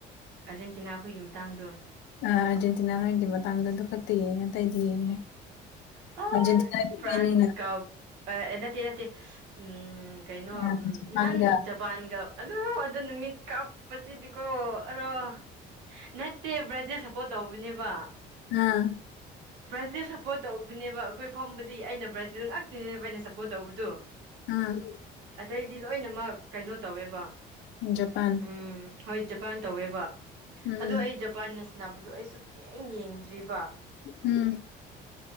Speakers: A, on the right; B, on the left.
A: ꯑꯥꯔꯖꯦꯟꯇꯤꯅꯥ ꯑꯩꯈꯣꯏꯒꯤ ꯃꯇꯥꯡꯗꯣ
B: ꯑ ꯑꯥꯔꯖꯦꯟꯇꯤꯅꯥ ꯍꯣꯏꯒꯤ ꯃꯇꯥꯡꯗꯣ ꯑꯗꯨ ꯈꯛꯇ ꯌꯦꯡꯉꯦ ꯑꯇꯩꯗꯤ ꯌꯦꯡꯗꯦ
A: ꯑꯁ
B: ꯑꯥꯔꯖꯦꯟꯇꯤꯅꯥꯒꯤ
A: ꯐ꯭ꯔꯥꯟꯁꯀ
B: ꯐꯦꯟꯅꯤꯅ
A: ꯅꯠꯇꯦ ꯅꯠꯇꯦ ꯎꯝ ꯀꯩꯅꯣ
B: ꯑꯥ
A: ꯎꯝ
B: ꯖꯄꯥꯟꯒ
A: ꯅꯍꯥꯟ ꯖꯞ ꯄꯥꯟꯒ ꯑꯗꯣ ꯑꯗꯨ ꯅꯨꯃꯤꯠ ꯀꯞꯄꯁꯤꯗꯤꯀꯣ ꯑꯔꯣ ꯅꯠꯇꯦ ꯕ꯭ꯔꯥꯖꯤꯜ ꯁꯞꯄꯣꯔꯠ ꯇꯧꯕꯅꯦꯕ
B: ꯎꯝ
A: ꯕ꯭ꯔꯥꯖꯤꯜ ꯁꯞꯄꯣꯔꯠ ꯇꯧꯕꯅꯦꯕ ꯑꯩꯈꯣꯏ ꯐꯝꯕꯗꯤ ꯑꯩꯅ ꯕ꯭ꯔꯥꯖꯤꯜ ꯉꯥꯛꯇꯅꯦꯕ ꯑꯩꯅ ꯁꯞꯄꯣꯔꯠ ꯇꯧꯕꯗꯣ
B: ꯎꯝ
A: ꯑꯇꯩꯗꯤ ꯂꯣꯏꯅꯃꯛ ꯀꯩꯅꯣ ꯇꯧꯋꯦꯕ
B: ꯖꯄꯥꯟ
A: ꯎꯝ ꯍꯣꯏ ꯖꯄꯥꯟ ꯇꯧꯋꯦꯕ
B: ꯎꯝ
A: ꯑꯗꯣ ꯑꯩ ꯖꯞ ꯄꯥꯟꯅ ꯁꯥꯅꯕꯗꯣ ꯑꯩ ꯁꯨꯡ ꯌꯦꯡ ꯌꯦꯡꯗ꯭ꯔꯤꯕ
B: ꯎꯝ